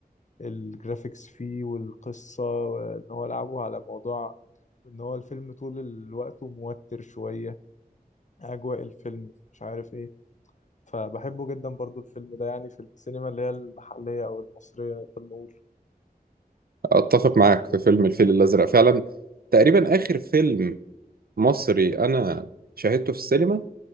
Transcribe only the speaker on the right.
اتفق معاك في فيلم الفيل الازرق فعلا تقريبا اخر فيلم مصري انا شاهدته في السينما